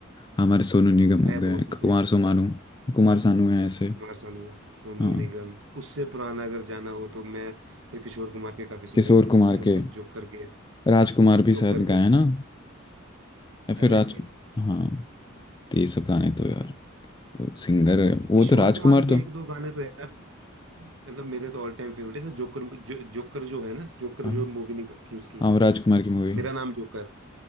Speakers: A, on the left; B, on the right.
A: हमारे सोनू निगम
B: मैं
A: हो गए
B: बहुत सुनता
A: कुमार
B: हूँ
A: सोमानू कुमार सानू है ऐसे
B: कुमार सानू सोनू
A: हाँ
B: निगम उससे पुराना अगर जाना हो तो मैं फिर किशोर कुमार के काफी सुन
A: किशोर
B: लेता हूँ
A: कुमार
B: जो
A: के
B: जो करके
A: राजकुमार भी
B: जो
A: शायद
B: करके
A: गाए
B: उसमें
A: हैं ना या फिर
B: अरे
A: राज
B: भाई
A: हाँ तो ये सब गाने तो यार सिंगर वो
B: किशोर
A: तो राजकुमार
B: कुमार के
A: तो
B: एक दो गाने तो यार मतलब मेरे तो ऑल टाइम फेवरेट है जोकर जो, जोकर जो है ना जोकर
A: हाँ
B: जो मूवी निकली थी उसकी
A: हाँ, वो राजकुमार की मूवी
B: मेरा नाम जोकर